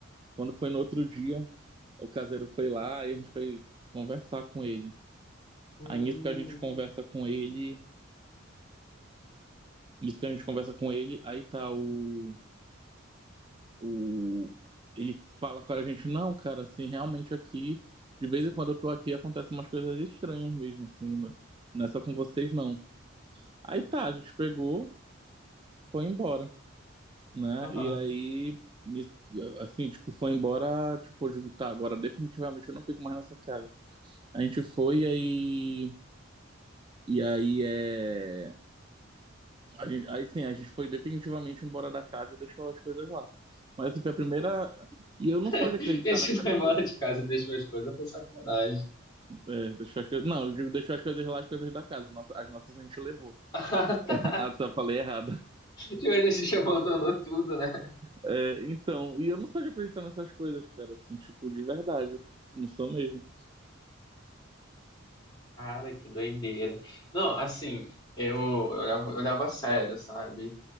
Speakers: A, on the right; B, on the left.
A: Quando foi no outro dia, o caseiro foi lá e a gente foi conversar com ele.
B: Hum,
A: Aí nisso que a gente conversa com ele, nisso que a gente conversa com ele, aí tá o, o ele fala com a gente, não, cara, assim, realmente aqui, de vez em quando eu tô aqui, acontecem umas coisas estranhas mesmo, assim, não não é só com vocês, não. Aí tá, a gente pegou, foi embora, né?
B: aham.
A: E aí, nisso que- assim, tipo, foi embora, tipo, eu digo, tá, agora definitivamente eu não fico mais nessa casa. A gente foi, aí E aí é. A gente... Aí sim, a gente foi definitivamente embora da casa e deixou as coisas lá. Mas assim, foi a primeira. E eu não sou
B: <laughs>
A: de acreditar
B: E aí você
A: nessas
B: foi embora
A: coisas.
B: de casa e deixou as coisas, foi sacanagem. <laughs>
A: É, deixou as coisas. Não, eu digo, deixou as coisas lá, as coisas da casa. Nossa- as nossas a gente levou.
B: Ah, tá.
A: <laughs> Ah, tá, falei errado.
B: Tipo, Ele se abandonou tudo, né?
A: É, então, e eu não sou de acreditar nessas coisas, cara, assim, tipo, de verdade. Não sou mesmo.
B: Cara, que doideira. Não, assim, eu, eu olhava, eu olhava a sério, sabe?